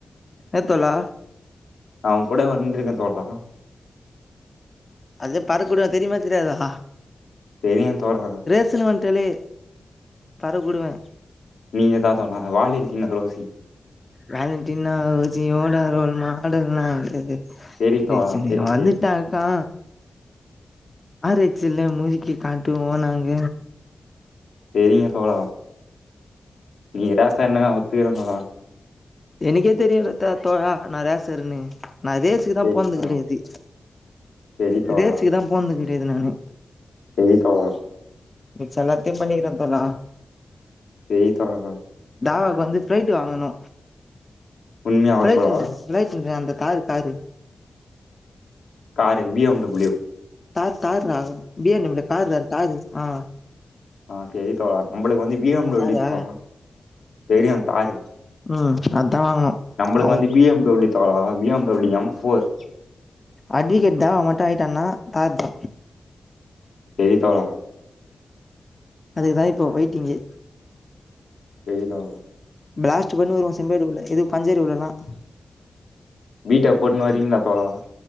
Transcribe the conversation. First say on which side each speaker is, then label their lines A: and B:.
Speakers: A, on the left (about 30°); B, on the left (about 85°).
A: என்ன தோழா
B: நா உங் கூட வந்திருக்கே தோழா
A: அது பறக்கவுடுவ தெரியுமா தெரியாதா
B: தெரியு தோழா
A: ஸ்சுனு வந்ட்டாலே பறக்கவுடுவே
B: நீங்கதா தோழா வாலேண்டினா ரோஸி
A: வாலண்டினோ ரோஸியோட ரோல் மாடல்லா கடையாது
B: சேரி
A: ரேஸிங்னு
B: தோழா சேரி
A: வந்துட்டாக்கா
B: சேரி
A: ஆர் எக்ஸ்லே முருக்கி காட்டுவோ நாங்க
B: தெரியு தோழா நீ ரேஸ்ஸர்னு நா ஒத்துகிறே தோழா
A: எனக்கே தெரியு ரத்த தோழா நா ரேஸ்ஸர்னு நா ரேஸ் க்குதா
B: சேரி
A: போனது
B: தோழா
A: கெடையாது
B: சேரி தோழா
A: ரேஸ்க்குதா போனது கெடையாது நானு
B: செரி தோழா
A: மிச்ச எல்லாத்தையு பண்ணக்கிற தோழா
B: சேரி தோழா
A: தாவாக்கு வந்து பிளைட்டு வாங்கணு,
B: உண்மையாவா
A: பிளைட்
B: தோழா
A: இந்த பிளைட் இந்த அந்த தாரு car
B: car B M W
A: car கார்ரா பி எம் டபுள்யு கார்ரா அது காரு ஆ
B: அ செரி தோழா நம்பளுக்கு வந்து பி எம் டபுள்யு
A: தாரா
B: தா தெரியு காரு
A: ம் அதா வாங்கணு
B: நம்பளுக்கு
A: அவ
B: வந்து B M B M W தாடா B M W M four
A: advocate தா அவ மட்டு ஆயிட்டனா கார் தா
B: <unintelligible>
A: அதுக்கு தா இப்போ வெயிட்டிங்கு
B: செரிதா
A: பிளாஸ்ட்டு பண்ணுவாரு ஒ சிம்பேடு உள்ள எது பஞ்சேரு <unintelligible>
B: வீட்ட போட்டுனு வரீங்ளா தோழா